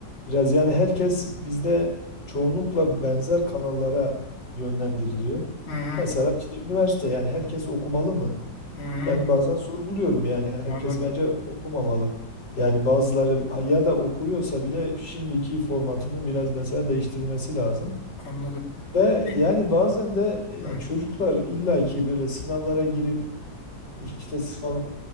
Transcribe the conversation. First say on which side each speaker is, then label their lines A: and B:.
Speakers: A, on the left (about 65°); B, on the left (about 45°).
A: Biraz yani herkes bizde çoğunlukla benzer kanallara yönlendiriliyor.
B: hı.
A: Mesela işte üniversite yani herkes okumalı mı?
B: Hı hı.
A: Ben bazen sorguluyorum yani herkes
B: Anladım.
A: bence okumamalı. Yani bazıları ha- ya da okuyorsa bile şimdiki formatının biraz mesela değiştirilmesi lazım.
B: Anladım.
A: Ve
B: Bir-
A: yani bazen de ya
B: Hı.
A: çocuklar illaki böyle sınavlara girip işte sınav